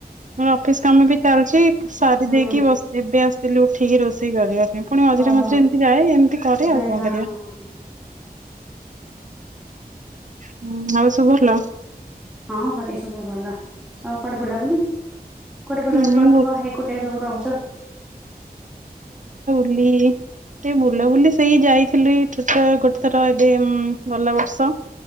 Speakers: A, on the right; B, in the centre.
A: ହୁଁ ଅଫିସ କାମ ବି ଚାଲିଛି ସାରି
B: ହୁଁ
A: ଦେଇକି ବସ ଏବେ ଆସିଥିଲି ଉଠିକି ରୋଷେଇ କରିବା। ପୁଣି ମଝିରେ
B: ଓହୋ
A: ମଝିରେ ଏମିତି ଯାଏ ଏମିତି କରେ
B: ସେ
A: ଆଉ କଣ
B: ହଁ
A: କରିବା। ହୁଁ ଆଉ ସବୁ ଭଲ
B: ହଁ ଘରେ ସବୁ ଭଲ, ଆଉ କୁଆଡେ ବୁଲାବୁଲି? କୁଆଡେ ବୁଲାବୁଲି
A: ହୁଁ
B: କରିଥିବ ଏକୁଟିଆ ସବୁ ରହୁଛ।
A: ପ୍ଲିଜ। ସେ ବୁଲାବୁଲି ସେଇ ଯାଇଥିଲି <unintelligible> ଗୋଟେଥର ଏବେ ଉମ ଗଲା ବର୍ଷ ଆଉ